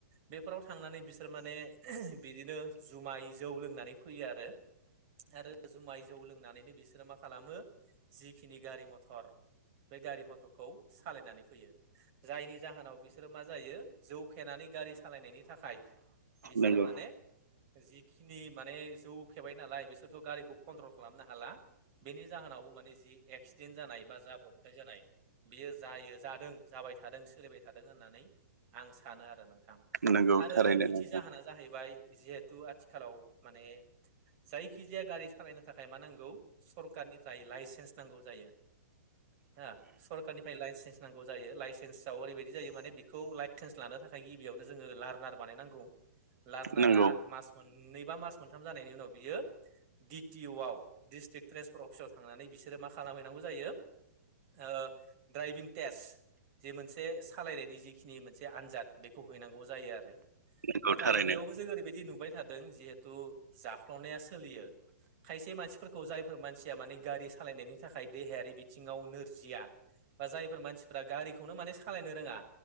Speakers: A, on the right; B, on the right.
A: बेफोराव थांनानै बिसोर माने बिदिनो जुमाय जौ लोंना नानै फैयो आरो। आरो जुमाय जौ लोंनानैनो बिसोरो मा खालामो जिखिनि गारि -मथर बे गारि मथरखौ सालायनानै फैयो जायनि जाहोनाव बि सोरो मा जायो जौ फेनानै गारि सालायनायनि थाखाय बिसोरो
B: नंगौ
A: माने जिखिनि माने जौ फेबाय नालाय बिसोरथ' गारिखौ कन्ट्रल खालामनो हाला। बेनि जाहोनावबो माने जि एक्सिडेन्ट जानाय बा जाब्रथाय जानाय बियो जायो जादों। जाबाय थादों सोलिबाय थादों होननानै आं सानो आरो नोंथां
B: नंगौ
A: आरो
B: थारैनो
A: नैथि
B: नोंथां
A: जाहोना जाहैबाय जिहेथु आथिखालाव माने जायखिजाया गारि सालायनो थाखाय मा नांगौ सरखारनिफ्राय लाइसेन्स नांगौ जायो। हो सरखारनिफ्राय लाइसेन्स नांगौ जायो लाइसेन्सआव ओरैबायदि जायो माने बेखौ लाइ चेन्स लानो थाखाय गिबियावनो जोङो लार्नार बानायनांगौ लार्नारा
B: नंगौ
A: मास मोननै बा मास मोनथाम जानायनि उनाव बियो डि टि अवाव दिडिस्ट्रिक ट्रेन्सपर्ट अफिसाव थांनानै बिसोरो मा खालामहैनांगौ जायो ओ ट्राइभिं टेस जे मोनसे सालायनायनि जि खिनि मोनसे आनजाद बेखौ हैनांगौ जायो आरो
B: नंगौ
A: नाथाय
B: थारैनो
A: बेयावबो जों ओरैबायदि नुबाय थादों जिहे थ जाख्ल'नाया सोलियो खायसे मानसिफोरखौ जायफोर मानसिया माने गारि सालायनायनि थाखाय देहायारि बिथिङाव नोरजिया बा जायफोर मानसिफोरा गारिखौ खौनो सालायनो रोङा